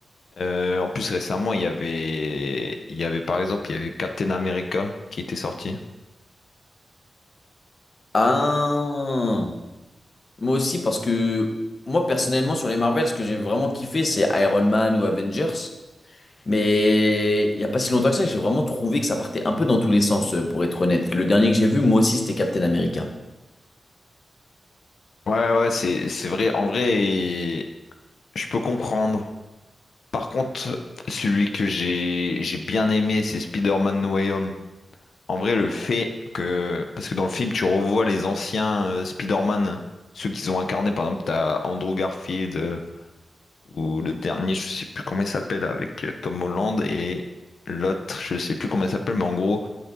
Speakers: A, on the left (about 75°); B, on the left (about 50°).
A: Euh, en plus, récemment, il y avait, il y avait par exemple, il y avait Captain America qui était sorti.
B: Ah. Moi aussi, parce que moi personnellement, sur les Marvel, ce que j'ai vraiment kiffé, c'est Iron Man ou Avengers. Mais il n'y a pas si longtemps que ça, j'ai vraiment trouvé que ça partait un peu dans tous les sens, euh, pour être honnête. Le dernier que j'ai vu, moi aussi, c'était Captain America.
A: Ouais, ouais, c'est, c'est vrai. En vrai, je peux comprendre. Par contre, celui que j'ai j'ai bien aimé, c'est Spider-Man No Way Home. En vrai, le fait que... Parce que dans le film, tu revois les anciens euh, Spider-Man, ceux qu'ils ont incarnés. Par exemple, t'as Andrew Garfield, euh, ou le dernier, je sais plus comment il s'appelle, avec euh, Tom Holland, et l'autre, je sais plus comment il s'appelle, mais en gros,